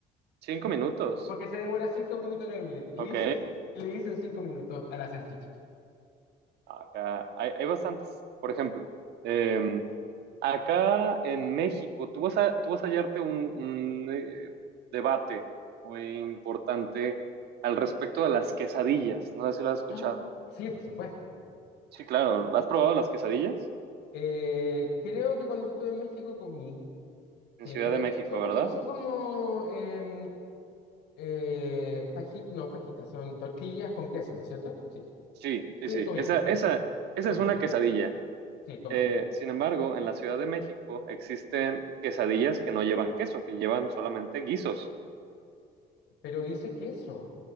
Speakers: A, on the right; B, on the left.
A: cinco minutos.
B: porque se demora cinco minutos en hervir. Y
A: Ok,
B: le dicen, <laughs> cin- y le dicen cinco minutos a la salchicha. <gasps>
A: acá hay, hay bastantes. Por ejemplo, eh, acá en México, tú vas a, tú vas a hallarte un, un, eh, debate muy importante al respecto de las quesadillas. No sé si lo has escuchado.
B: Ah. Sí, por supuesto.
A: Sí, claro. ¿Has probado las quesadillas?
B: Eh, creo que cuando estuve en México comí.
A: En
B: Sí,
A: Ciudad
B: pero
A: de México,
B: son como,
A: ¿verdad?
B: son como em, eh, faji- no, fajitas, son tortillas con queso, ¿no es cierto? Sí.
A: Sí, sí,
B: Sí,
A: sí.
B: comí,
A: Esa,
B: comí,
A: esa, esa
B: comí,
A: es una
B: comí.
A: quesadilla.
B: Sí, comí.
A: Eh, sin embargo, en la Ciudad de México existen quesadillas que no llevan queso, que llevan solamente guisos.
B: Pero dice queso.